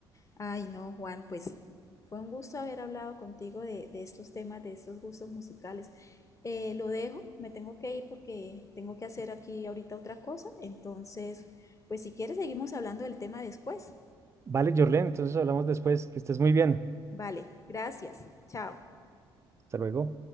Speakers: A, on the left; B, on the right.
A: Ay, no, Juan, pues, fue un gusto haber hablado contigo de, de estos temas, de estos gustos musicales. Eh, lo dejo, me tengo que ir porque tengo que hacer aquí ahorita otra cosa, entonces, pues, si quieres, seguimos hablando del tema después.
B: Vale, Jorlen, entonces hablamos después. Que estés muy bien.
A: Vale, gracias, chao.
B: Hasta luego.